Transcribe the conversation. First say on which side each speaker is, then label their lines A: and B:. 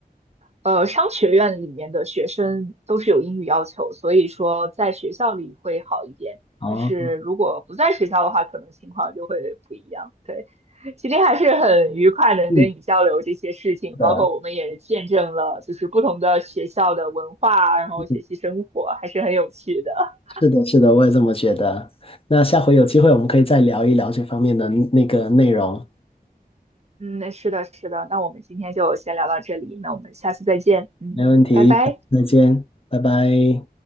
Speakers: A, on the right (about 45°); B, on the left (about 35°).
A: 呃，商学院里面的学生都是有英语要求，所以说在学校里会好一点。
B: 啊，
A: 但是如果不在学校的话，可能情况就会不一样。对，今天还是很愉快能跟你交流这些事情，
B: 嗯，是的，
A: 包括我们也见证了就是不同的学校的文化，然后学习生活，
B: 嗯
A: 还是很有趣的。
B: 是的，是的，我也这么觉得。那下回有机会我们可以再聊一聊这方面的那个内容，
A: 嗯，是的，是的。那我们今天就先聊到这里，那我们下次再见。嗯，
B: 没问题，
A: 拜拜。
B: 再见，拜拜。